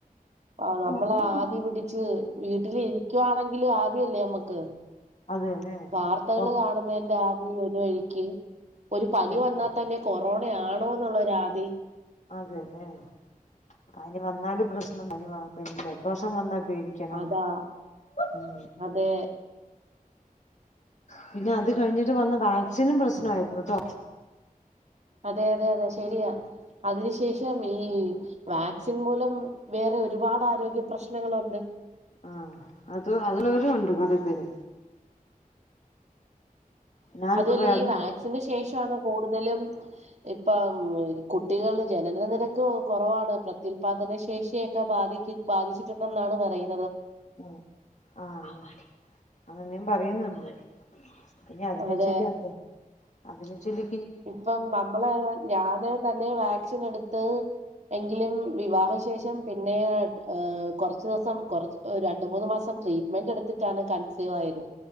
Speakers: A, on the right; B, on the left.
A: ആ നമ്മളെ
B: ഉം.
A: ആദി പിടിച്ച് വീട്ടിലി രിക്കുവാണെങ്കിലും ആദിയല്ലേ മ്മ്ക്ക്
B: അത് തന്നെ
A: വാർത്തകള്
B: പൊ-
A: കാണുന്നതിന്റെ ആ ഒര് വഴിക്ക് ഒരു പനി
B: പിന്നെ
A: വന്നാൽ
B: പൊ-
A: തന്നെ കൊറോണയാണോന്നുള്ളൊരാതി
B: അതേലേ പനി വന്നാലും പ്രശ്നം പനി വ ജലദോഷം വന്നാ പേടിക്കണം
A: അതാ
B: ഉം
A: അതേ
B: പിന്നെ അത് കഴിഞ്ഞിട്ട് വന്ന വാക്സിനും പ്രശ്നായിരുന്നുട്ടോ
A: അതെ അതെ അതെ ശെരിയാ അതിനു ശേഷം ഈ വാക്സിൻ മൂലം വേറെ ഒരുപാട് ആരോഗ്യ പ്രശ്നങ്ങളുണ്ട്
B: ആ അത് അതിലൊരു ഉണ്ട് കൊറേ പേര് ഞാനിപ്പോ
A: അതു അല്ല
B: പറയാ
A: ഈ
B: അത്
A: വാക്സിന് ശേഷ ഷാണ് കൂടുതലും ഇപ്പം കുട്ടികൾ ജനന നിരക്ക് കൊറവാണ് പ്രത്യുല്പാദന ശേഷിയൊക്കെ ബാധ ബാധിച്ചിട്ടുണ്ടെന്നാണ് പറയു
B: ആ ആ ആ അങ്ങനെയും പറയുന്നുണ്ട് ഇനി അതിനെ
A: അതെ
B: ചൊല്ലി എന്ത അതിനെ ചൊല്ലി
A: ഇപ്പം നമ്മള് ഞാന് തന്നെ വാക്സിൻ എട് ത്ത് എങ്കിലും വിവാഹ ശേഷം പിന്നെ കൊറച്ച് ദിവസം രണ്ട് മൂന്ന് മാസം ട്രീറ്റ്മെന്റ് എടുത്തിട്ടാണ് കൺസീവായത്